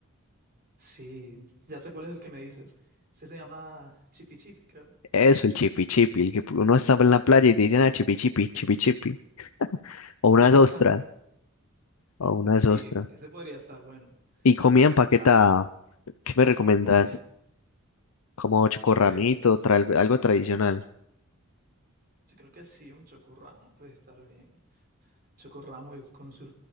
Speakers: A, on the right; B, on the left.
A: Sí, ya sé cuál es el que me dices. Ese se llama Chipi Chip, creo.
B: Eso, el chipi chipi, el que uno está en la playa y te dicen, ah, chipi chipi, chipi chipi. O una
A: <laughs>
B: ostra, o una
A: Sí,
B: ostra.
A: ese ese podría estar bueno.
B: Y comida
A: Pero
B: empaquetada,
A: ya,
B: ¿qué me recomiendas?
A: comida,
B: Como chocorramito,
A: pues
B: tra- algo, algo tradicional.
A: yo creo que sí, un chocorramo puede estar bien. Chocorramo y con su